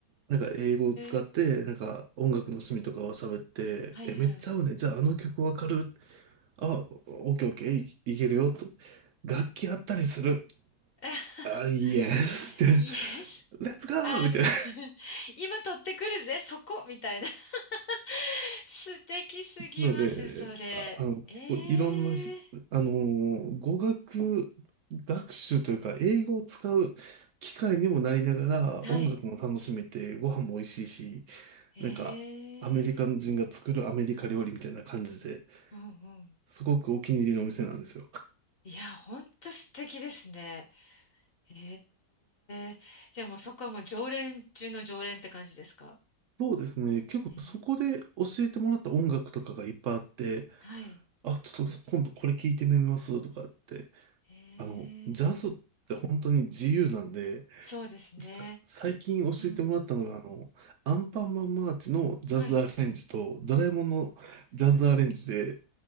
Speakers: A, on the right; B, on the left.
A: なんか英語を使って、
B: え。
A: なんか音楽の趣味とかを喋って、
B: はいはい。
A: え、めっちゃ合うね。じゃああの曲わかるあ、オッケーオッケー、い、いけるよ、と。楽器あったりする。
B: <laughs>
A: あ、イエスって、
B: Yes,
A: レッツゴーみたいな。
B: あ r <laughs> 今取ってくるぜ、そこみたいな。<laughs> 素敵すぎます、
A: なので、
B: それ。
A: あ、あの、結構いろんなひ、
B: ええ
A: あのー語学学習というか、英語を使う機会にもなりながら、
B: はい。
A: 音楽も楽しめて、ご飯も美味しいし、
B: ええ
A: なんか、アメリカ人が作るアメリカ料理みたいな感じで、
B: うんうん。
A: すごくお気に入りのお店なんですよ。
B: いや、ほんと素敵ですね。へえ。じゃあもうそこはもう常連中の常連って感じですか
A: そうですね。結構そこで教えてもらった音楽とかがいっぱいあって、
B: ねはい。
A: あ、ちょっと今度これ聞いてみますとかって、
B: へ
A: あの、ジャズって本当に自由なんで、
B: え。そうですね。
A: さ、最近教えてもらったのが、
B: うん。
A: あの、アンパンマンマーチのジャズアレンジと、
B: はい。
A: ドラえもんのジャズアレンジで、